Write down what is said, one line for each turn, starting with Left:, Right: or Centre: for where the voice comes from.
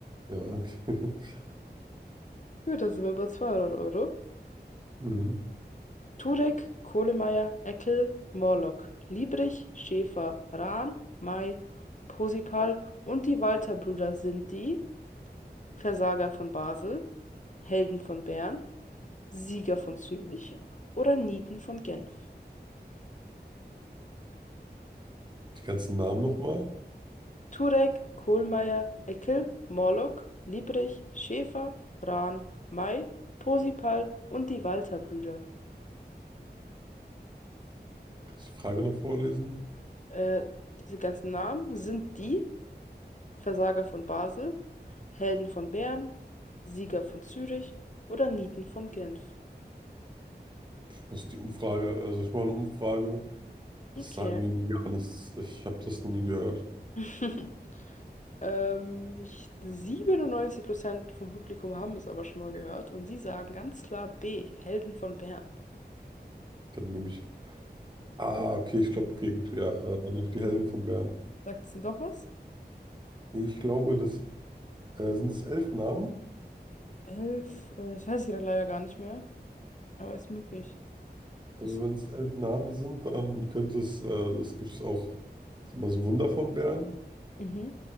Right: Ja, okay. <laughs>
Left: Gut, da sind wir bei 200 Euro.
Right: Mhm.
Left: Turek, Kohlemeier, Eckel, Morlock, Liebrich, Schäfer, Rahn, May, Posipal und die Walter-Brüder sind die Versager von Basel, Helden von Bern, Sieger von Zürich oder Nieten von Genf.
Right: Und die ganzen Namen nochmal?
Left: Turek, Kohlmeier, Eckel, Morlock, Liebrich, Schäfer, Rahn, May, Posipal und die Walter-Brüder.
Right: Kannst du die Frage noch vorlesen?
Left: Äh, diese ganzen Namen sind die Versager von Basel, Helden von Bern, Sieger von Zürich oder Nieten von Genf.
Right: Muss die Umfrage, also ich mache eine Umfrage. Das
Left: Okay.
Right: sagt mir irgendwie gar nichts. Ich habe das noch nie gehört.
Left: <laughs> Ähm, ich, 97% vom Publikum haben es aber schon mal gehört und sie sagen ganz klar B, Helden von Bern.
Right: Dann nehme ich. Ah, okay, ich glaube, okay, gut, ja. äh, Dann nehme ich die Helden von Bern.
Left: Sagt sie doch was?
Right: Nee, ich glaube, das äh, sind es elf Namen.
Left: Elf, äh, das weiß ich gerade leider gar nicht mehr, aber ist möglich.
Right: Also
Left: Achso,
Right: wenn es elf Namen sind, dann könnte es, äh, das gibt es auch, ist immer das Wunder von Bern.
Left: mhm.